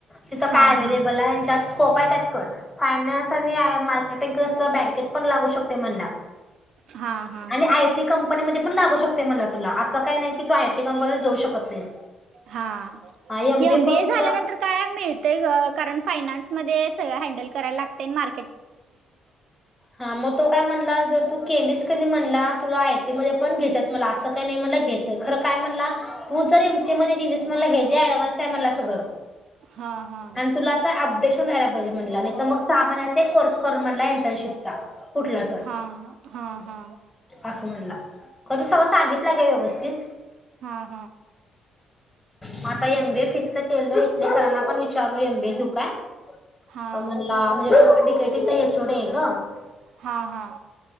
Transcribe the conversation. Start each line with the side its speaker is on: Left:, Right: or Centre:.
Left: तिथं
Right: हा
Left: काय अव्हेलेबल
Right: हा
Left: आहे ज्यात स्कोप आहे त्यात कर फायनान्स आणि मार्केट टिंग क्रस्टला बँकेत पण लागू शकतंय म्हणाला
Right: हा हा
Left: आणि
Right: हा
Left: आयटी कंपनीमध्ये पण लागू शकतंय म्हणाला तुला असं काही नाही की तू आयटी कंपनीत जाऊ शकत नाहीस.
Right: हां
Left: हा
Right: एमबीए
Left: करून सुद्धा
Right: झाल्यानंतर काय मिळतंय ग कारण फायनान्समध्ये स सगळं हान्डेल करायला लागतंय आणि मार
Left: हां मग तो काय म्हणला जर तू केलीस क नाही म्हणाला तुला आयटी मध्ये पण घेत्यात म्हणाला असं काही नाही म्हणला घेत खरं काय म्हणला तू जर एमसी ये मधे गेलीस म्हणाला हे जे अँडव्हान्स हाय म्हणाला सगळ
Right: हा हा
Left: आणि तुला अस अपडेशन राहायला लाग पाहिजे म्हणाला नाही तर मग सहा महिन्यात कोर्स कर म्हणाला इंटनशिपचा कुठला तर
Right: हा हा हा
Left: असं म्हणला खर तो सगळं सांगितलं ग व्यवस्थित.
Right: हा हा
Left: म आता एमबीए च. फिक्स केल इथल्या सरांना पण विचारलो एमबीए घेऊ काय तो
Right: हा
Left: म्हणाला म्हणजे तो डिकेटीचा एचओडी आहे ग
Right: हां हां